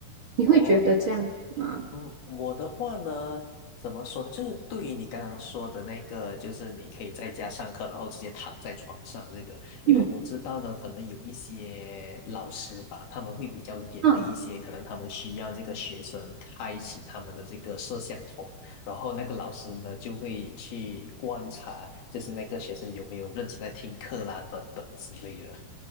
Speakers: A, on the right; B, on the left.
A: 你会觉得这样子吗？
B: 哦，嗯，我的话呢，怎么说呢？就是对于你刚刚说的那个，就是你可以在家上课，然后直接躺在床上这个，因为我知道呢，
A: 嗯
B: 可能有一些老师吧，他们会比较严厉一些，
A: 嗯，
B: 可能他们需要这个学生开启他们的这个摄像头，然后那个老师呢就会去观察，就是那个学生有没有认真在听课啦，等等之类的。